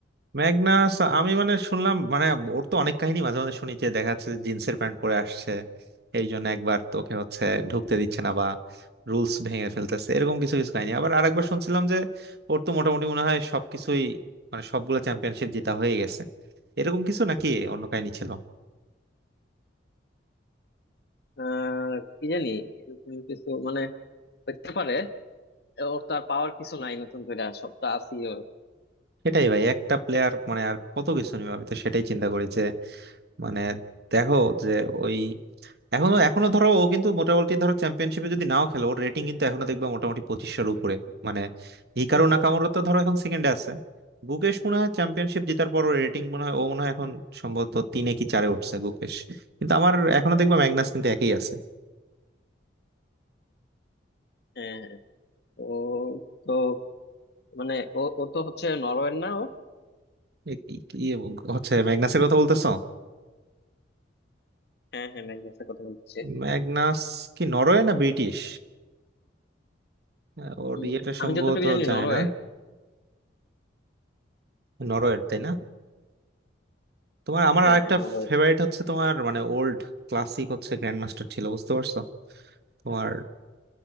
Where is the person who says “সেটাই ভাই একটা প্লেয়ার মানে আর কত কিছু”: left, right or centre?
Right